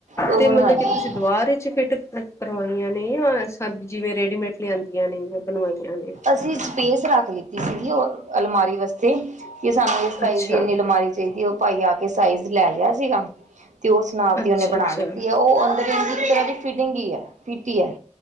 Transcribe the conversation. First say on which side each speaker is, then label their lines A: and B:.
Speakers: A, on the right; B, on the left.
A: ਉਹ
B: ਤੇ
A: ਬਣਵਾਈਆਂ।
B: ਮੱਤਲਬ ਕਿ ਤੁਸੀਂ ਦਿਵਾਰ ਵਿੱਚ ਫਿੱਟ ਕਰਵਾਈਆਂ ਨੇ ਜਾਂ ਸਭ ਜਿਵੇਂ ਰੇਡੀਮੇਡ ਲਿਆਂਦੀਆਂ ਨੇ ਜਾਂ ਬਣਵਾਈਆਂ ਨੇ,
A: ਅਸੀਂ ਸਪੇਸ ਰੱਖ ਲਿੱਤੀ ਸੀਗੀ ਉਹ ਅਲਮਾਰੀ ਵਾਸਤੇ ਕੀ ਸਾਨੂੰ ਇਸ ਸਾਈਜ਼
B: ਅੱਛਾ
A: ਦੀ ਇੰਨੀ ਅਲਮਾਰੀ ਫਿਰ ਵੀ ਉਹ ਪਾਈ ਆ ਕੇ ਸਾਈਜ਼ ਲੈ ਗਿਆ ਸੀਗਾ। ਤੇ ਉਸ ਨਾਪ
B: ਅੱਛਾ
A: ਦੀ ਉਹਨੇ ਬਣਾ
B: ਅੱਛਾ
A: ਦਿੱਤੀ ਹੈ। ਉਹ ਅੰਦਰ ਹੀ ਇੱਕ ਤਰ੍ਹਾਂ ਦੀ ਫਿਟਿੰਗ ਹੀ ਹੈ ਫਿਟ ਹੀ ਹੈ।